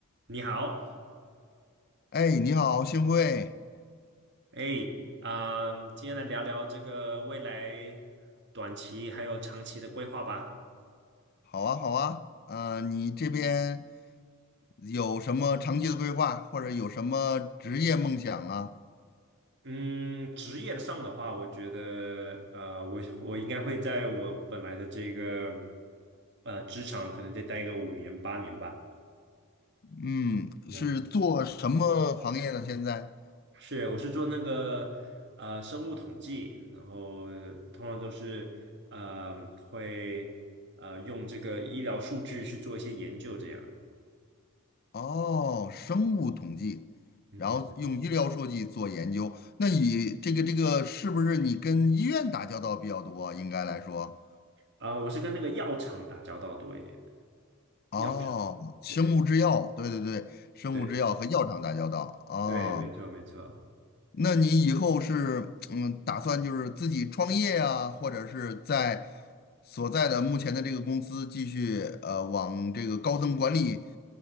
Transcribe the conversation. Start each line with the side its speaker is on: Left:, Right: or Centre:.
Right: 你好，
Left: 哎，你好，幸会，
Right: 哎，啊、今天来聊聊这个未来短期还有长期的规划吧。
Left: 好啊，好啊，呃，你这边有什么长期的规划，或者有什么职业梦想啊？
Right: 嗯，职业上的话，我觉得，呃，我我应该会在我本来的这个呃职场，可能再待个五年八年吧。
Left: 嗯，
Right: 然后
Left: 是做什么行业呢？现在？
Right: 是，我是做那个呃生物统计，然后通常都是呃会呃用这个医疗数据去做一些研究，这样。
Left: 哦，生物统计，
Right: 嗯哼。
Left: 然后用医疗数据做研究。那你这个这个是不是你跟医院打交道比较多啊？应该来说，
Right: 啊、我是跟那个药厂打交道多一点，
Left: 哦，
Right: 药厂，
Left: 生物制药，
Right: 对
Left: 对对对，生物制药和药厂打交道啊，
Right: 对
Left: 哦
Right: 对，没错没错
Left: 那你以后是嗯，打算就是自己创业呀，或者是在所在的目前的这个公司继续呃往这个高层管理